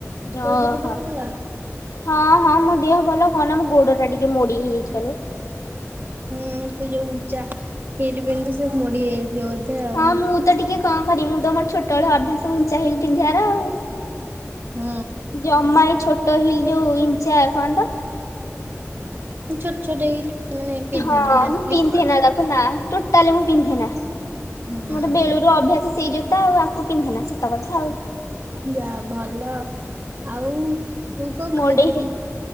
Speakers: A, on the left (about 80°); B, on the right (about 40°).
A: ଅ
B: ତୋ ଦେହ
A: ହ।
B: ପା ଭଲ ନା?
A: ହଁ ହଁ ମୋ ଦେହ ଭଲ। କହନା ମୋ ଗୋଡଟା ଟିକେ ମୋଡି ହେଇଯାଇଚି କାଲି।
B: ହଁ ତୁ ଯୋଉ ଉଚା ହିଲ୍ ପିନ୍ଧୁ ସେ ମୋଡି ହେଇଯାଇଥିବ ବୋଧେ ଆଉ।
A: ହଁ ମୁଁ ତ ଟିକେ କଣ କରିିବି, ମୁଁ ତ ମୋ ଛୋଟବେଳୁ ଅଭ୍ୟାସ ଉଞ୍ଚା ହିଲ୍ ପିନ୍ଧିବାର ଆଉ।
B: ହୁଁ।
A: ଜମା ଏଇ ଛୋଟ ହିଲ୍ ଯୋଉ ଇଞ୍ଚା କଣ ତ
B: ତୁ ଛୋଟ ଛୋଟ ହିଲ୍ ମାନେ ପିନ୍ଧୁନା
A: ହଁ
B: ନା
A: ମୁଁ
B: ସ୍ଲିପର୍।
A: ପିନ୍ଧେନା ତାକୁ ନା ଟୋଟାଲି ମୁଁ ପିନ୍ଧେନା।
B: ହୁଁ।
A: ମୋର ବେଳୁରୁ ଅଭ୍ୟାସ ସେଇ ଜୋତା ଆଉ ଆକୁ ପିନ୍ଧେନା ସତ କଥା ଆଉ।
B: ଯା ଭଲ। ଆଉ ତୁ କଣ
A: ମୋଡି
B: ଖାଇଥିଲୁ?
A: ହେ